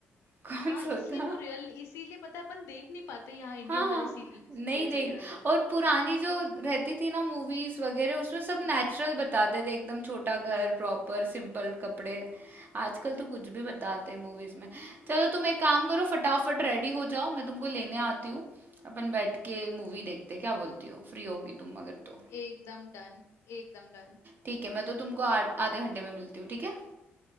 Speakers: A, on the right; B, on the left.
A: <laughs> कौन
B: हाँ इसलिए
A: सोता
B: वो रियल इसीलिए पता है अपन देख नहीं पाते यहाँ इंडियन
A: हाँ,
B: वाले सीरियल्स
A: नहीं देख
B: वगैरह तो
A: और पुरानी जो रहती थी ना मूवीज वगैरह उसमें सब
B: हम्म
A: नेचुरल बताते थे एकदम छोटा घर प्रॉपर सिंपल कपड़े आजकल तो कुछ भी बताते हैं मूवीज में चलो तुम एक काम करो फटाफट रेडी हो जाओ मैं तुमको लेने आती हूँ अपन बैठ के मूवी देखते हैं, क्या बोलती हो फ्री होगी तुम अगर तो
B: एकदम डन एकदम डन
A: ठीक है मैं तो तुमको आ- आधे घंटे में मिलती हूँ ठीक है